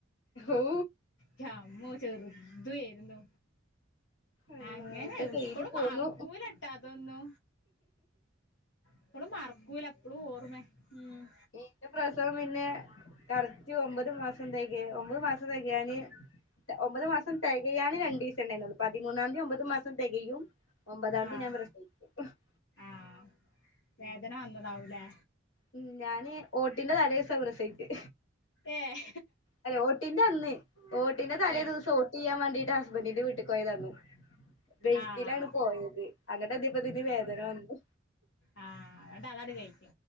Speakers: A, on the left (about 80°); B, on the left (about 65°).
A: ഔ
B: ന്റെമ്മോ ചെറുതുയിരുന്നു
A: അള്ളാ
B: അങ്ങനെ
A: ഒക്കെ കഴിഞ്ഞ്
B: ഇപ്പളും
A: പോന്നു
B: മർക്കൂലട്ടാ അതൊന്നു ഇപ്പളും മർക്കൂല ഇപ്പളും ഓർമ്മേ മ് മ്
A: എന്റെ പ്രസവം പിന്നെ കറക്റ്റ് ഒമ്പത് മാസം തെകയ് ഒമ്പത് മാസം തെകെന് ഒമ്പത് മാസം തികയാണ് രണ്ട് ദിവസം ഉണ്ടായിന്നുള്ളു പതിമൂന്നാം തീയതി ഒമ്പത് മാസം തികയും ഒമ്പതാംതി
B: ആഹ്
A: <unintelligible>
B: ആഹ് വേദന വന്നതാവൂലേ
A: ഉം ഞാന് ഓട്ടിന്റെ തലേസാപ്രസച്ചെ
B: ഏഹ്
A: അതേ ഓട്ടിന്റന്ന് വോട്ടിന്റെ തലേസം
B: ഏഹ്
A: വോട്ട് ചെയ്യാൻ വേണ്ടിട്ട് ഹസ്ബൻറിന്റെ വീട്ടു പോയതാന്നു ബെയ്ക്കിലാണ്
B: ആഹ്
A: പോയത് അങ്ങട്ടെത്തിയപ്പേക്ക് വേദന വന്നു
B: ആ അതണ്ട് അതടി കെയ്